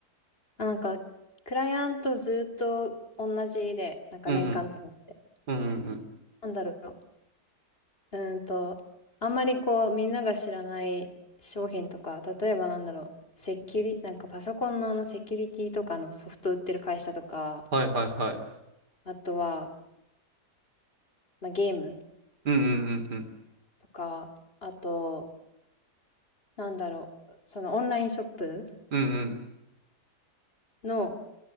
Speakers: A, on the left (about 35°); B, on the right (about 75°).
A: あ、なんか、クライアントずっと同じで、なんか年間通して。
B: うんうん。うんうんうん。
A: なんだろう。うーんと、あんまりこう、みんなが知らない商品とか、例えばなんだろう、セキュリ、なんかパソコンのあのセキュリティとかのソフト売ってる会社とか、
B: はいはいはい。
A: あとは、まあ、ゲーム
B: うんうんうんうん。
A: とか、あと、なんだろう、そのオンラインショップ
B: うんうん。
A: の、